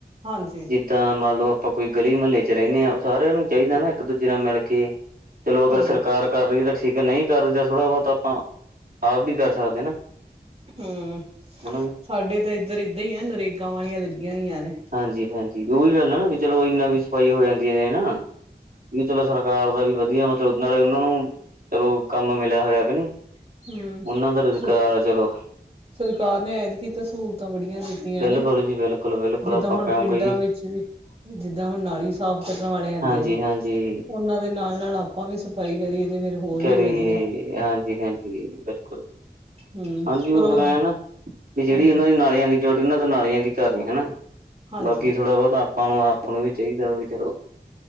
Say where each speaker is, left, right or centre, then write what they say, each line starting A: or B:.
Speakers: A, on the right; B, on the right.
A: ਹਾਂਜੀ।
B: ਜਿੱਦਾਂ ਮੰਨ ਲੋ ਆਪਾਂ ਕੋਈ ਗਲੀ ਮੱਲੇ 'ਚ ਰੈਂਨੇ ਆ ਸਾਰਿਆਂ ਨੂੰ ਚਾਈਦਾ ਨਾ ਇੱਕ-ਦੂਜੇ ਨਾਲ ਮਿਲ ਕੇ ਚਲੋ
A: ਹੂੰ
B: ਅਗਰ ਸਰਕਾਰ ਕਰ ਰੀ ਆ ਠੀਕ ਆ ਨਈ ਕਰਦੀ ਥੋੜਾ ਬੋਤ ਆਪਾਂ ਆਪ ਵੀ ਕਰ ਸਕਦੇ ਆ ਨਾ।
A: ਹੂੰ
B: ਹਨਾ
A: ਸਾਡੇ ਤਾਂ ਏਧਰ ਏਦਾਂ ਈ ਐ ਨਰੇਗਾ ਵਾਲੀਆਂ ਲੱਗੀਆਂ ਹੋਈਆਂ ਨੇ।
B: ਹਾਂਜੀ-ਹਾਂਜੀ ਉਈ ਗੱਲ ਐ ਨਾ ਵੀ ਚਲੋ ਇੰਨਾ ਵੀ ਸਫ਼ਾਈ ਹੋ ਜਾਂਦੀ ਏ ਨੇ ਹਨਾ। ਵੀ ਚਲੋ ਸਰਕਾਰ ਦਾ ਵੀ ਵਧੀਆ ਮਤਲਬ ਨਾਲੇ ਉਨਾਂ ਨੂੰ ਚਲੋ ਕੰਮ ਮਿਲਿਆ ਹੋਇਆ ਕੇ ਨਈ।
A: ਹੂੰ
B: ਉਨਾਂ ਦਾ ਰੁਜ਼ਗਾਰ
A: ਸਰ
B: ਆ ਚਲੋ।
A: ਸਰਕਾਰ ਨੇ ਐਤਕੀ ਤਾਂ ਸਹੂਲਤਾਂ ਬੜੀਆਂ ਦਿੱ ਤੀਆਂ
B: ਬਿਲਕੁਲ
A: ਨੇ,
B: ਜੀ ਬਿਲਕੁਲ ਬਿਲਕੁਲ
A: ਜਿੱਦਾਂ
B: ਆਪਾਂ
A: ਹੁਣ
B: ਕਿਉਂ
A: ਪਿੰਡਾਂ
B: ਕਹੀਏ
A: ਵਿੱਚ ਵੀ ਜਿੱਦਾਂ ਹੁਣ ਨਾਲੀ ਸਾਫ਼ ਕਰਨ ਵਾਲੇ ਆਂਦੇ
B: ਹਾਂਜੀ
A: ਨੇ,
B: ਹਾਂਜੀ
A: ਉਨਾਂ ਦੇ ਨਾਲ-ਨਾਲ ਆਪਾਂ ਵੀ ਸਫ਼ਾਈ ਕਰੀਏ ਤੇ ਫਿਰ ਹੋਰ
B: ਕਰੀਏ
A: ਵੀ ਵਧੀਆ
B: ਹਾਂਜੀ-ਹਾਂਜੀ ਬਿਲਕੁੱਲ।
A: ਹੂੰ
B: ਹਾਂਜੀ
A: ਪਰ
B: ਓ
A: ਉਹ
B: ਫਿਰ ਐ ਆ ਨਾ ਵੀ ਜੇੜੀ
A: ਹਾਂਜੀ
B: ਉਨਾਂ ਦੀ ਨਾਲਿਆਂ ਦੀ ਜਉਟੀ ਉਨਾਂ ਦਾ ਨਾਲੀਆਂ ਦੀ ਕਰਨੀ ਹਨਾ,
A: ਹਾਂਜੀ
B: ਬਾਕੀ ਥੋੜਾ ਬੋਤਾ ਆਪਾਂ ਨੂੰ ਆਪ ਨੂੰ ਵੀ ਚਾਈਦਾ ਵੀ ਚਲੋ।